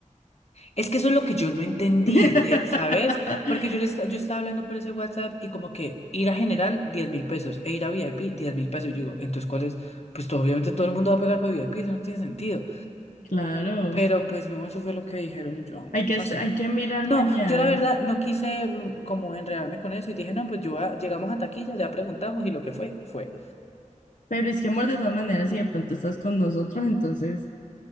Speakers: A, on the left; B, on the left.
A: es que eso es lo que yo no entendí,
B: <laughs>
A: de, ¿sabes? Porque yo, le esta- yo estaba hablando por ese WhatsApp y como que ir a general diez mil pesos e ir a VIP diez mil pesos. Y yo digo, entonces, ¿cuál es? Pues todo- obviamente todo el mundo va a pegar para VIP, eso no tiene sentido.
B: Claro.
A: Pero pues no, eso fue lo que dijeron y yo,
B: Hay que, espe-
A: no sé.
B: hay que mirar
A: No,
B: mañana.
A: yo la verdad no quise mm, como enredarme con eso y dije, no, pues yo a- llegamos a taquilla, ya preguntamos y lo que fue, fue.
B: Pero es que, amor, de todas maneras, si de pronto estás con nosotros, entonces,